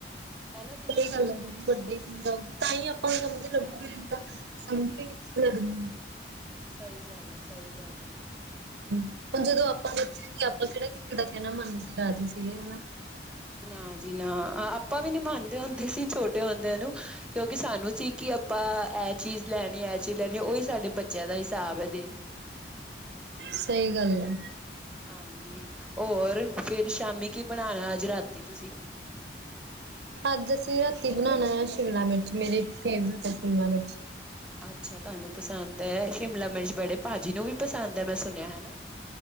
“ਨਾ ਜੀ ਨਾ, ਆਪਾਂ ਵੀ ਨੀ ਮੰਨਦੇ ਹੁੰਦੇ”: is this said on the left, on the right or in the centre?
Centre